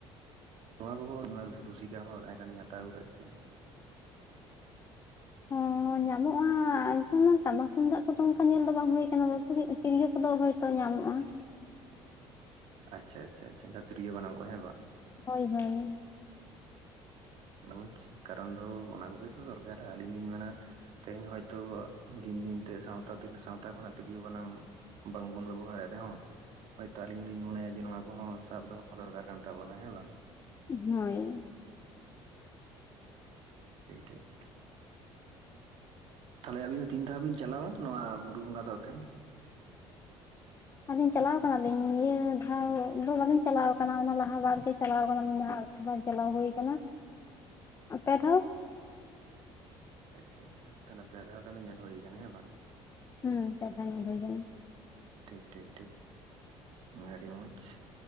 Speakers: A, on the right; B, on the left.
A: ᱱᱚᱣᱟ ᱠᱚᱦᱚᱸ ᱤᱧᱢᱟ ᱨᱩᱥᱤᱠᱟ ᱦᱚᱲ ᱮᱠᱷᱟᱱᱤᱧ ᱦᱟᱛᱟᱣ ᱟᱠᱟᱫ ᱜᱮᱭᱟ
B: ᱚ ᱧᱟᱢᱚᱜᱼᱟ ᱡᱮᱢᱚᱱ ᱴᱟᱢᱟᱠ ᱛᱩᱢᱫᱟᱜ ᱠᱚᱫᱚ ᱚᱱᱠᱟ ᱧᱮᱞ ᱫᱚ ᱵᱟᱝ ᱦᱩᱭ ᱟᱠᱟᱱᱟ ᱛᱤᱨᱭᱳ ᱠᱚᱫᱚ ᱦᱳᱭᱛᱚ ᱧᱟᱢᱚᱜᱼᱟ
A: ᱟᱪᱷᱟ ᱟᱪᱷᱟ ᱪᱷᱟ ᱡᱟᱦᱟᱸ ᱛᱤᱨᱭᱳ ᱵᱟᱱᱟᱢ ᱠᱚ ᱦᱮᱸ ᱵᱟᱝ
B: ᱦᱳᱭ ᱦᱳᱭ
A: ᱢᱚᱡᱽ ᱠᱟᱨᱚᱱ ᱫᱚ ᱚᱱᱟ ᱠᱚᱜᱮ ᱛᱚ ᱫᱚᱨᱠᱟᱨᱼᱟ ᱟᱹᱞᱤᱧ ᱞᱤᱧ ᱢᱮᱱᱟ ᱛᱮᱦᱤᱧ ᱦᱚᱭᱛᱳ ᱫᱤᱱ ᱫᱤᱱᱛᱮ ᱥᱟᱶᱛᱟ ᱥᱟᱶᱛᱟ ᱠᱷᱚᱱᱟᱜ ᱛᱤᱨᱭᱳ ᱵᱟᱱᱟᱢ ᱵᱟᱝ‌ ᱵᱚᱱ ᱵᱮᱵᱚᱦᱟᱨᱮᱫ ᱨᱮᱦᱚ ᱦᱳᱭᱛᱳ ᱟᱹᱞᱤᱧ ᱦᱚᱞᱤᱧ ᱢᱚᱱᱮᱭᱟ ᱡᱮ ᱱᱚᱣᱟ ᱠᱚᱦᱚᱸ ᱥᱟᱵ ᱫᱚᱦᱚ ᱫᱚᱨᱠᱟᱨ ᱠᱟᱱ ᱛᱟᱵᱚᱱᱟ ᱦᱮᱸ ᱵᱟᱝ?
B: ᱦᱳᱸᱭ
A: ᱴᱷᱤᱠ ᱴᱷᱤᱠ ᱛᱟᱦᱚᱞᱮ ᱟᱹᱵᱤᱱ ᱫᱚ ᱛᱤᱱ ᱫᱷᱟᱣ ᱵᱮᱱ ᱪᱟᱞᱟᱣᱟ ᱱᱚᱣᱟ ᱵᱩᱨᱩ ᱵᱚᱸᱜᱟ ᱫᱚ ᱟᱠᱷᱟᱱ?
B: ᱟᱞᱤᱧ ᱪᱟᱞᱟᱣ ᱟᱠᱟᱱᱟᱞᱤᱧ ᱤᱭᱟᱹ ᱫᱷᱟᱣ ᱫᱚ ᱵᱟᱞᱤᱧ ᱪᱟᱞᱟᱣ ᱟᱠᱟᱱᱟ ᱚᱱᱟ ᱞᱟᱦᱟ ᱵᱟᱨ ᱜᱮ ᱪᱟᱞᱟᱣ ᱟᱠᱟᱱᱟᱞᱤᱧ ᱱᱟᱦᱟᱜ ᱵᱟᱝ ᱪᱟᱞᱟᱣ ᱦᱩᱭ ᱟᱠᱟᱱᱟ ᱟᱸᱜ ᱯᱮ ᱫᱷᱟᱣ
A: ᱟᱪᱪᱷᱟ ᱟᱪᱪᱷᱟ ᱛᱟᱦᱞᱮ ᱯᱮ ᱫᱷᱟᱣ ᱜᱟᱱ ᱫᱚ ᱧᱮᱞ ᱦᱩᱭ ᱟᱠᱟᱱᱟ ᱦᱮᱸ ᱵᱟᱝ?
B: ᱦᱩᱸ ᱯᱮ ᱫᱷᱟᱣ ᱧᱮᱞ ᱦᱩᱭ ᱠᱟᱱᱟ
A: ᱴᱷᱤᱠ ᱴᱷᱤᱠ ᱴᱷᱤᱠ ᱟᱹᱰᱤ ᱢᱚᱡᱽ